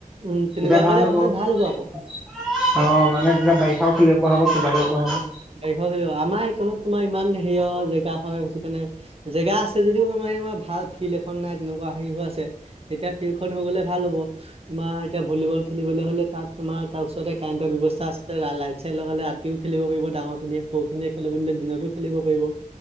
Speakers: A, on the right; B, in the centre.
A: উম তেনেকুৱা
B: তেতিয়া
A: কৰিলে
B: ভাল
A: কথাটো
B: হ'ব
A: হ'ব আকৌ
B: মানে তেতিয়া বাৰিষাও খেলিব হব কিবা ক হব <unintelligible> <unintelligible>
A: <unintelligible> আমাৰ এইকনত তোমাৰ ইমান হেৰিয় জেগা হয় সেইটো কাৰণে জেগা আছে যদিও আমাৰ ভাল ফিল্ড এখন নাই তেনেকুৱা হেৰি হৈ আছে এতিয়া ফিল্ড খন হৈ গলে ভাল হ'ব তোমাৰ এতিয়া ভলীবল খেলিবলৈ হ'লে তাত তোমাৰ ওচৰতে কাৰেণ্টৰ ব্যৱস্থা আছে লাইট চাইট লগালে ৰাতিও খেলিব পাৰিব। ডাঙৰ খিনিয়ে সৰু খিনিয়ে খেলো বুলিলে দিনতো খেলিব পাৰিব।